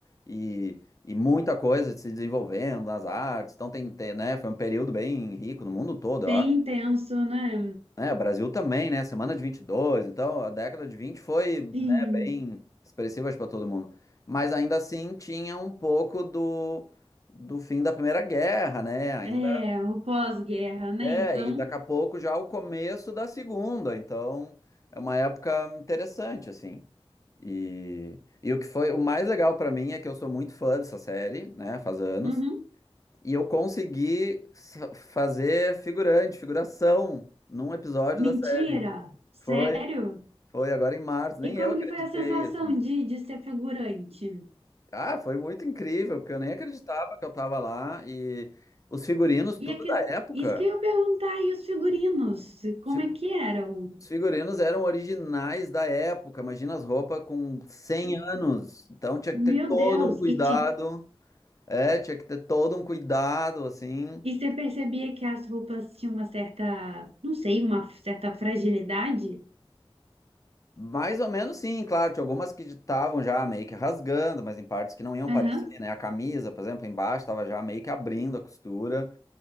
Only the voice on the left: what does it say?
e, e muita coisa se desenvolvendo nas artes. Então tem, tem, né, foi um período bem rico no mundo todo,
eu
né, o Brasil também, né? Semana de 22, então a década de 20 foi, né,
bem expressiva para todo mundo. Mas ainda assim tinha um pouco do, do fim da Primeira Guerra, né? Ainda
é,
e daqui a pouco já o começo da Segunda, então é uma época interessante, assim. E, e o que foi o mais legal para mim é que eu sou muito fã dessa série, né? Faz anos.
E eu consegui s- fazer figurante, figuração, num episódio
da série.
Foi Foi agora em março, nem
eu acreditei,
assim.
Ah, foi muito incrível, porque eu nem acreditava que eu tava lá. E os figurinos, tudo
da época.
Os figu-
os figurinos eram originais da época. Imagina as roupas com 100 anos. Então tinha
que ter todo
um cuidado.
É, tinha que ter todo um cuidado, assim.
Mais ou menos sim, claro. Tinha algumas que estavam já meio que rasgando, mas em partes que não iam
parecer, né? A camisa, por exemplo, embaixo estava já meio que abrindo a costura.